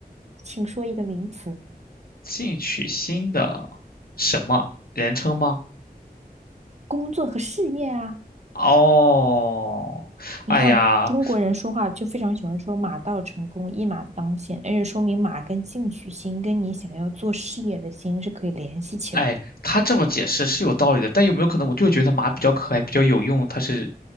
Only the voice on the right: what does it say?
请说一个名词，
工作和事业啊。
你看中国人说话就非常喜欢说“马到成功，
一马当先”，而且说明马跟进取心跟你想要做事业的心是可以联系起来的。